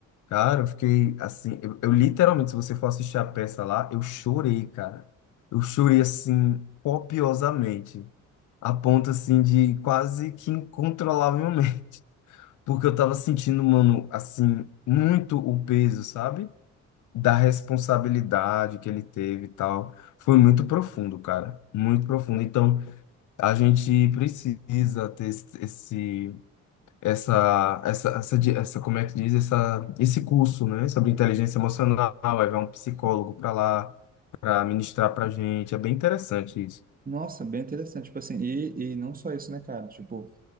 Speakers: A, on the left; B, on the right.
A: cara, eu fiquei assim, eu, eu literalmente, se você for assistir a peça lá, eu chorei, cara. Eu chorei assim copiosamente, a ponto assim de quase que incontrolavelmente. Porque eu tava sentindo, mano, assim, muito o peso, sabe? Da responsabilidade que ele teve e tal. Foi muito profundo, cara. Muito profundo. Então, a gente precisa ter esse, esse- essa, essa, essa, di- essa, como é que diz? Essa, esse curso, né? Sobre inteligência emocional. Aí vai um psicólogo para lá, para ministrar pra gente. É bem interessante isso.
B: Nossa, bem interessante. Tipo assim, e, e não só isso, né, cara? Tipo,